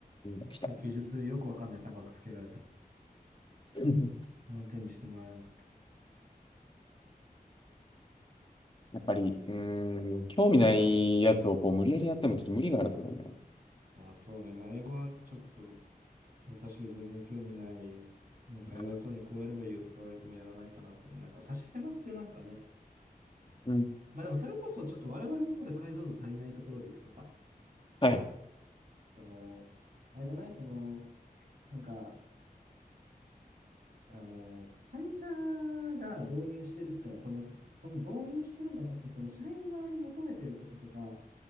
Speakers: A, on the left; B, on the right.
A: うん、来た。
B: と。記述よくわかんない三角つけられた。
A: <laughs>
B: 満点にしてもらえなかった。
A: やっぱり、うーん、興味ないやつをこう無理やりやってもちょっと無理があると思うんだよ
B: あ、そうね。まあ、英語はちょっと、私全然興味ない。なんか偉そうにこうやればいいよとか言われてもやらないかなと思う。
A: な
B: なんか差し迫ってなんかね、
A: うん。
B: まあでもそれこそちょっと我々の方で解像度足りないところでいくとさ、
A: はい。
B: その、あれだねその、なんか、あの、会社が導入してるってのはともかく、その導入してるんじゃなくて、その社員側に求めてることとか、